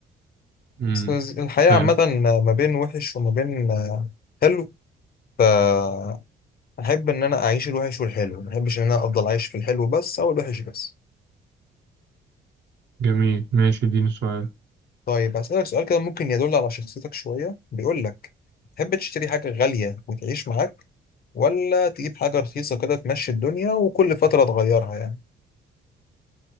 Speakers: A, on the right; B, on the left.
A: امم
B: بس الحياة
A: حلو
B: عامة ما بين وحش وما بين حلو فأحب إن أنا أعيش الوحش والحلو ما أحبش إن أنا أفضل عايش في الحلو بس أو الوحش بس
A: جميل ماشي اديني سؤال
B: طيب هسألك سؤال كده ممكن يدل على شخصيتك شوية بيقول لك تحب تشتري حاجة غالية وتعيش معاك ولا تجيب حاجة رخيصة كده تمشي الدنيا وكل فترة تغيرها يعني